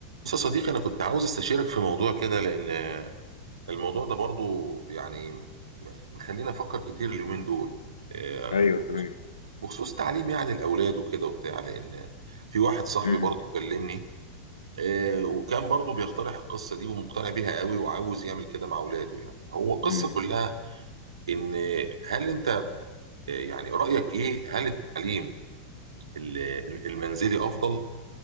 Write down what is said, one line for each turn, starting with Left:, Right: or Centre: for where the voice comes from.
Right: بص يا صديقي أنا كنت عاوز استشيرك في موضوع كده لأن الموضوع ده برضو يعني م- مخليني أفكر كتير اليومين دول آه،
Left: ايوه تمام
Right: بخصوص تعليم يعني الأولاد وكده وبتاع لأن في واحد صاحبي
Left: امم
Right: برضو كلمني آه، وكان برضو بيقترح القصة دي ومقتنع بيها قوي وعاوز يعمل كده مع أولاده يعني هو القصة
Left: امم
Right: كلها إن هل أنت آه، يعني رأيك إيه هل التعليم ال- المنزلي أفضل